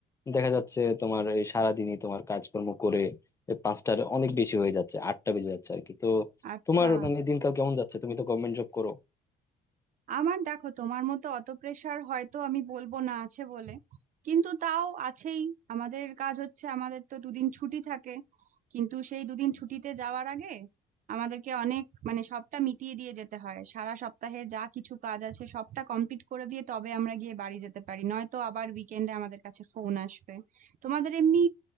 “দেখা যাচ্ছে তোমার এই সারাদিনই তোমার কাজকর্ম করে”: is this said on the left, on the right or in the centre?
Left